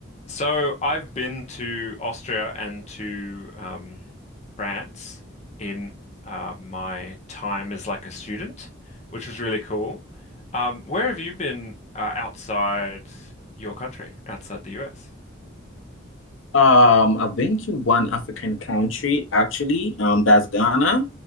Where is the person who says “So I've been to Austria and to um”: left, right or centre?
Left